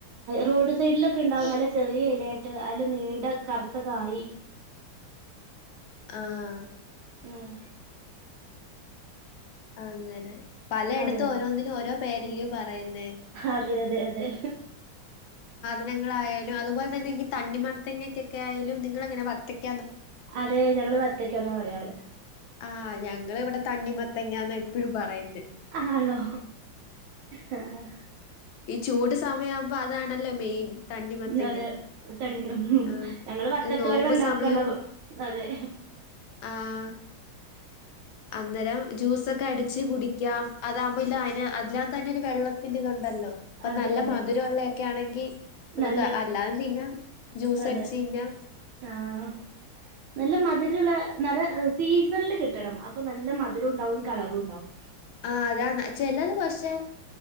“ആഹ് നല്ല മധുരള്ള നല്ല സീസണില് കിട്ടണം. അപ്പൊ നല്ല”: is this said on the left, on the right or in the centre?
Right